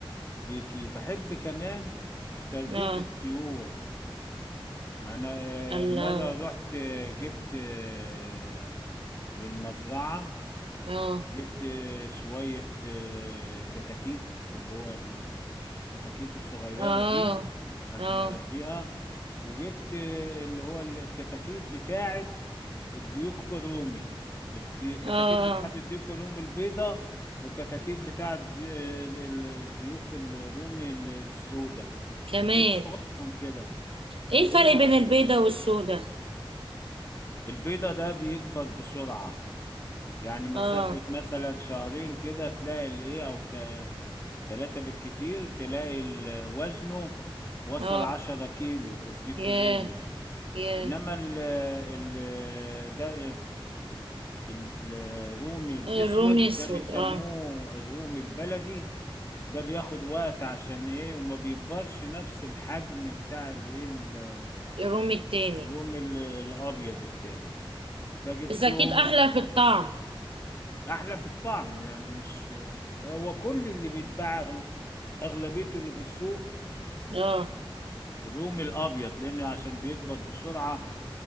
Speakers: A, on the left (about 30°); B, on the right (about 70°).
A: ليكي بحب كمان تربية
B: اه
A: الطيور انا آه،
B: الله
A: مرة رحت آه، جبت آه، من المزرعة
B: اه
A: جبت شوية آه، كتاكيت اللي هو ال- الكتاكيت الصغيرة
B: اه
A: دي عشان
B: اه
A: أربيها وجبت آه، اللي هو الكتاكيت بتاعة الديك الرومي الدي- كتاكيت
B: اه
A: بتاعة الديك الرومي البيضة وكتاكيت بتاعة دي- آه، ال- الديوك الرومي ال- السوداء
B: كمان
A: بتزيد صغير من كده
B: ايه
A: وإيه
B: الفرق
A: وحطيت
B: بين البيضة والسوداء
A: البيضة ده بيكبر بسرعة يعني مسافة
B: اه
A: مثلا شهرين كده تلاقي الإيه أو ثلاثة بالكتير تلاقي ال- وزنه وصل
B: اه
A: عشرة كيلو الديك
B: ياه
A: الرومي ده
B: ياه
A: إنما ال ال ده ال- الرومي الأسود
B: الرومي السود
A: ده بيسموه
B: اه
A: الرومي البلدي ده بياخد وقت عشان إيه وما بيكبرش نفس الحجم بتاع الإيه ال-
B: الرومي التاني
A: الرومي ال- الأبيض التاني فجبتهم
B: بس اكيد احلى في الطعم
A: أحلى في الطعم يعني مش هو كل اللي بيتباع أغل- أغلبيته اللي في السوق
B: اه
A: الرومي الابيض لان عشان بيكبر بسرعه